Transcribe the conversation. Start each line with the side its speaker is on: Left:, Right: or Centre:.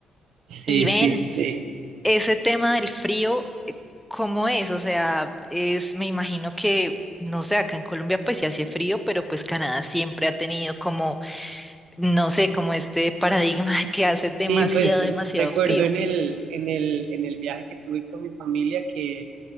Right: Sí,
Centre: Y ven,
Right: sí, sí.
Centre: ese tema del frío, ¿cómo es? O sea, es, me imagino que, no sé, acá en Colombia pues sí hace frío, pero pues Canadá siempre ha tenido como no sé, como este paradigma de que hace demasiado,
Right: Y pues
Centre: demasiado
Right: recuerdo
Centre: frío.
Right: en el, en el, en el viaje que tuve con mi familia que